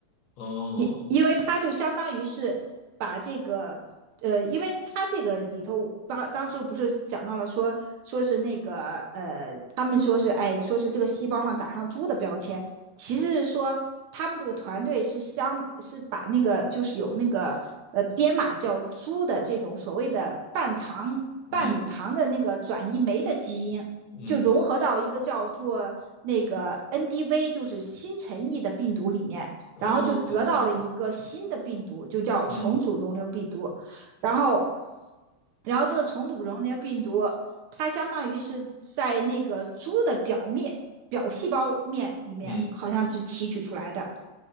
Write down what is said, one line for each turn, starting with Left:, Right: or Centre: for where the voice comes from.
Left: 哦，
Right: 因因为他就相当于是把这个呃，因为他这个里头，当当时不是讲到了说说是那个呃，他们说是哎，说是这个细胞上打上猪的标签，其实是说他们这个团队是相是把那个就是有那个呃编码叫猪的这种所谓的半糖半乳糖的那个转移酶的基因。
Left: 嗯嗯，
Right: 就融合到一个叫做那个 NDV，就是新陈异的病毒里面，
Left: 哦，
Right: 然后就得到了一个新的病毒，
Left: 这种病毒，
Right: 就叫重组溶瘤病毒。
Left: 嗯
Right: 然后，然后这个重组溶瘤病毒，它相当于是在那个猪的表面表细胞面里面，
Left: 嗯。
Right: 好像是提取出来的。